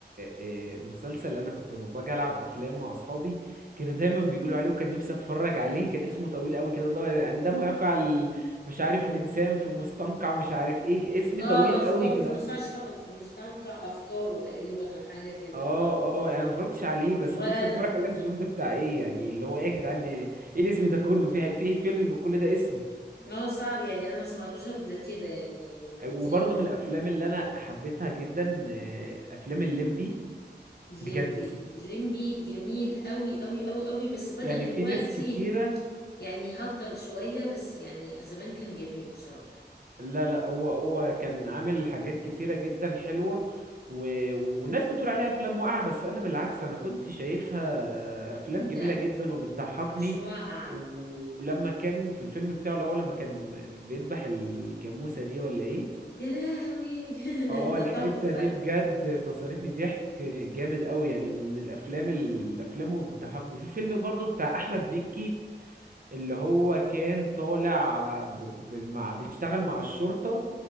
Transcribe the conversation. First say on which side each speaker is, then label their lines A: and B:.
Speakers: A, on the right; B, on the left.
A: آه، مسلسل انا كنت لما باجي العب افلام مع اصحابي كانوا دايما بيقولوا عليه وكان نفسي اتفرج عليه كان اسمه طويل قوي كده اللي هو عندما يقع ال... مش عارف الانسان في مستنقع مش عارف ايه اسم
B: اه
A: طويل
B: افكار
A: قوي كده
B: في مستشفى في مستنقع افكاره تقريبا او حاجة كده
A: اه اه انا ما اتفرجتش عليه بس
B: ولا
A: نفسي
B: انا
A: اتفرج عليه عشان اشوف ده بتاع ايه يعني اللي هو ايه يا جدعان ايه الاسم ده كله في في فيلم بكل ده اسم
B: اه صعب يعني انا ما سمعتوش قبل كده يعني جديد
A: وبرضه من الافلام اللي انا حبيتها جدا آه، افلام الليمبي
B: الليمبي
A: بجد
B: الليمبي جميل قوي قوي قوي قوي بس بدأ
A: يعني
B: دلوقتي
A: في ناس كتيرة
B: يعني هطل شوية بس يعني زمان كان جميل بصراحة
A: لا لا هو هو كان عامل حاجات كتيرة جدا حلوة و... والناس بتقول عليها أفلام واقعة بس أنا بالعكس أنا كنت شايفها أفلام جميلة
B: ده
A: جدا وبتضحكني
B: مش واقع
A: ولما كان في الفيلم بتاعه الأول لما كان بيذبح الجاموسة دي ولا إيه
B: يا لهوي <laughs>
A: اه
B: ده
A: الحتة
B: تحفة
A: دي بجد فصلتني ضحك جامد قوي يعني من الأفلام الأفلام اللي بتضحكني في فيلم برضو بتاع أحمد مكي اللي هو كان طالع ب... بالمع... بيشتغل مع الشرطة